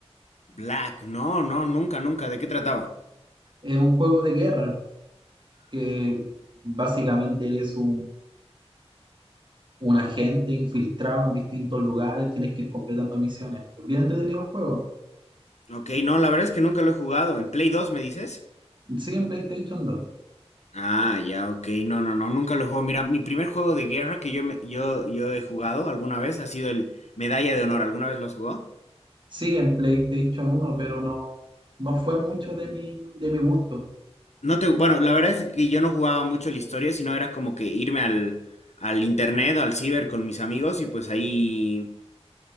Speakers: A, on the left (about 85°); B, on the right (about 45°).
A: Black, no, no, nunca, nunca. ¿De qué trataba?
B: Es un juego de guerra que básicamente eres un, un agente infiltrado en distintos lugares, tienes que ir completando misiones. Es bien entretenido el juego.
A: Ok, no, la verdad es que nunca lo he jugado. ¿En Play 2 me dices?
B: Sí, en PlayStation dos.
A: Ah, ya, ok. No, no, no, nunca lo juego. Mira, mi primer juego de guerra que yo, me- yo, yo he jugado alguna vez ha sido el Medalla de Honor. ¿Alguna vez lo has jugado?
B: Sí, en PlayStation uno, pero no, no fue mucho de mi, de mi gusto.
A: No te, bueno, la verdad es que yo no jugaba mucho la historia, sino era como que irme al, al internet o al ciber con mis amigos y pues ahí